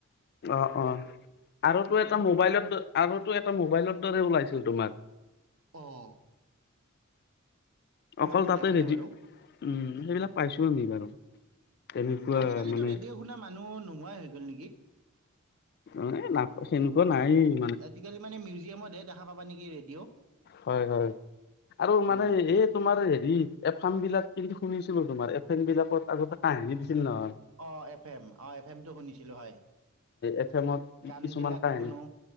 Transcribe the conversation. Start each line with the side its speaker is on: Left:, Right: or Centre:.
Left: অ', অ', আৰুটো এটা
Right: ৰেড
Left: মোবাইলৰ দ, আৰুটো এটা মোবাইলৰ দৰে ওলাইছিল তোমৰ।
Right: অ'। মই
Left: অকল
Right: সেইটো
Left: তাতে
Right: দেখা নাই
Left: ৰেডিঅ',
Right: বাৰু
Left: সেইবিলাক পাইছো আমি বাৰু। তেনেকুৱা
Right: উম, উম, আজিকালিতো
Left: মানে
Right: ৰেডিঅ' শুনা মানুহ নোহোৱাই হৈ গ'ল নেকি।
Left: অ', এ না সেনেকুৱা নাইয়ে।
Right: আজিকালি মানে, মিউজিয়ামতহে দেখা পাবা নেকি ৰেডিঅ'।
Left: হয়, হয়। আৰু মানে
Right: উম।
Left: এই তোমাৰ হেৰি, এফ এম বিলাক কি শুনিছিলো তোমাৰ, এফ এম বিলাকত আগতে কাহিনী দিছিল নহয়।
Right: অ', এফ এম, অ', এফ এমটো শুনিছিলো হয়।
Left: এফ এমত
Right: গানবিলাক
Left: কিছুমান কাহিনী
Right: শুনো